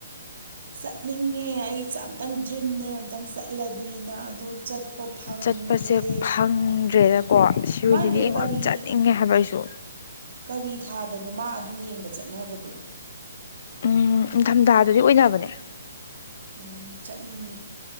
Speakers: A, on the right; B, on the left.
A: ꯆꯠꯅꯤꯡꯉꯦ ꯑꯩꯁꯦ ꯑꯝꯇꯪ ꯗ꯭ꯔꯤꯝꯅꯦ ꯑꯝꯇꯪ ꯆꯠꯂꯗꯤꯅ ꯑꯗꯨ ꯆꯠꯄ ꯐꯪꯗ꯭ꯔꯦ
B: ꯆꯠꯄꯁꯦ ꯐꯪꯗ꯭ꯔꯦꯗꯀꯣ ꯁꯤꯔꯣꯏ
A: ꯃꯥꯏꯗꯣ
B: ꯂꯤꯂꯤ ꯌꯦꯡꯕ
A: ꯀꯔꯤ
B: ꯑꯝ ꯆꯠꯅꯤꯡꯉꯦ ꯍꯥꯏꯕ ꯑꯩꯁꯨ
A: ꯀꯔꯤ ꯊꯥꯗꯅꯣ ꯃꯥ ꯑꯗꯨ ꯌꯦꯡꯕ ꯆꯠꯅꯕꯗꯣ
B: ꯎꯝ ꯅꯤꯡꯊꯝ ꯊꯥꯗꯗꯤ ꯑꯣꯏꯅꯕꯅꯦ
A: ꯎꯝ ꯆꯠꯅꯤꯡꯉꯦ